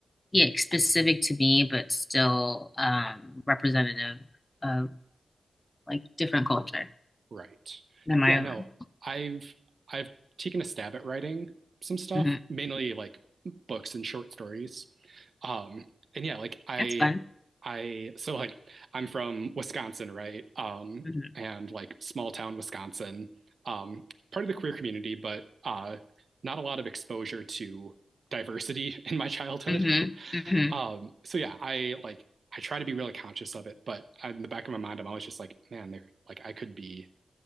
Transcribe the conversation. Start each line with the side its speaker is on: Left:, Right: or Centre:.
Left: yeah, specific to me, but still um, representative of like different culture
Right: Right.
Left: than my
Right: Yeah,
Left: own.
Right: no, I've I've taken a stab at writing some stuff,
Left: hmm
Right: mainly like books and short stories. Um, and yeah, like I,
Left: That's fun.
Right: I, so like I'm from Wisconsin, right? Um,
Left: hmm
Right: and like small town Wisconsin, um, part of the queer community, but uh, not a lot of exposure to diversity <laughs> in my childhood.
Left: hmm hmm
Right: Um, so yeah, I like I try to be really conscious of it, but in the back of my mind, I'm always just like, man, there, like I could be,